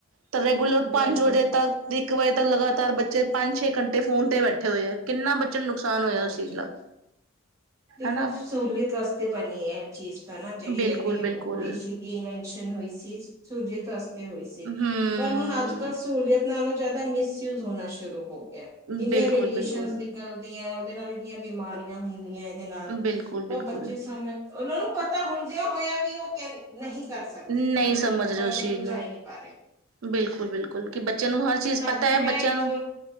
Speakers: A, on the right; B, on the right.
A: ਤਾਂ ਰੈਗੂਲਰ
B: ਬਿਲਕੁਲ
A: ਪੰਜ ਵਜੇ ਤੱਕ ਇੱਕ ਵਜੇ ਤੱਕ ਲਗਾਤਾਰ ਬੱਚੇ ਪੰਜ ਛੇ ਘੰਟੇ ਫੋਨ ਤੇ ਬੈਠੇ ਹੋਏ ਹੈ। ਕਿਨਾ ਬੱਚਿਆਂ ਨੂੰ ਨੁਕਸਾਨ ਹੋਇਆ
B: ਹਾਂਜੀ
A: ਉਸ ਚੀਜ਼ ਦਾ
B: ਦੇਖੋ
A: ਹਨਾ
B: ਸਹੂਲੀਅਤ ਵਾਸਤੇ ਬਣੀ ਹੈ, ਇਹ ਚੀਜ਼ ਤਾਂ ਜਿਹੜੀ
A: ਬਿਲਕੁਲ
B: ਇਹ ਦੀ
A: ਬਿਲਕੁਲ
B: ਹੋਈ ਸੀ। ਇਨਵੈਸ਼ਨ ਹੋਈ ਸੀ ਸੂਲੀਹਤ ਵਾਸਤੇ ਹੋਈ ਸੀ।
A: ਹਮ
B: ਪਰ ਹੁਣ ਅਜ-ਕਲ ਸਹੂਲੀਅਤ ਨਾਲੋਂ ਜ਼ਿਆਦਾ ਮਿਸਯੂਜ ਹੋਣਾ ਸ਼ੁਰੂ ਹੋਊ। ਇੰਨੀਆਂ
A: ਬਿਲਕੁਲ
B: ਰੇਡੀਏਸ਼ਨ
A: ਬਿਲਕੁਲ
B: ਨਿਕਲਦੀਆਂ ਉਹਦੇ ਨਾਲ ਇੰਨੀਆਂ ਬਿਮਾਰੀਆਂ ਹੁੰਦੀਆਂ। ਦੇ ਨਾਲ
A: ਬਿਲਕੁਲ ਬਿਲਕੁਲ
B: ਬ ਬੱਚੇ <unintelligible> ਓਨਾਂ ਨੂੰ ਪਤਾ ਹੁੰਦਿਆਂ ਹੋਇਆਂ ਵੀ ਓ ਕੈਂ ਨਹੀ ਕਰ ਸਕਦੇ
A: ਨਹੀਂ
B: ਮਨਾ
A: ਸਮਝ
B: ਨੀ ਆਪਾ
A: ਰਹੇ
B: ਓਨਾਂ
A: ਉਸ
B: ਨੂੰ
A: ਚੀਜ਼
B: ਸਮਝਾ ਈ ਨੀ ਪਾ ਰੇ
A: ਬਿਲਕੁਲ, ਬਿਲਕੁਲ ਕਿ ਬੱਚਿਆ ਨੂੰ ਹਰ ਚੀਜ਼
B: ਹੁਣ
A: ਪਤੈ
B: ਅੱਜ ਹੀ ਮੈਂ
A: ਬੱਚਯਾ
B: ਇੱਕ
A: ਨੂੰ